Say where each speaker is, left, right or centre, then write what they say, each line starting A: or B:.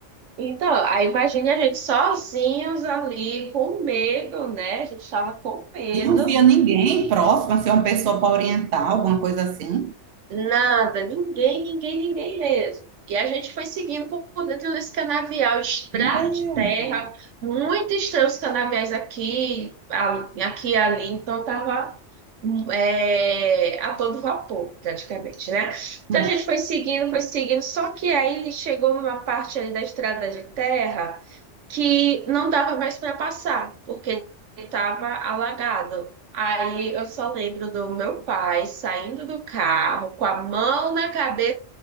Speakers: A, on the right (about 80°); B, on the right (about 60°).
A: Então, aí imagine a gente sozinhos ali com medo, né? A gente estava com medo.
B: E não via ninguém próximo, assim, uma pessoa para orientar, alguma coisa assim.
A: Nada, ninguém, ninguém, ninguém mesmo. E a gente foi seguindo por por dentro desse canavial, estrada
B: Meu
A: de terra,
B: Deus.
A: muito estranho os canaviais aqui, ali- aqui e ali, então tava hum, é, a todo vapor, praticamente, né? Então
B: Hum.
A: a gente foi seguindo, foi seguindo, só que aí chegou numa parte ali da estrada de terra que não dava mais para passar, porque estava alagado. Aí eu só lembro do meu pai saindo do carro com a mão na cabeça,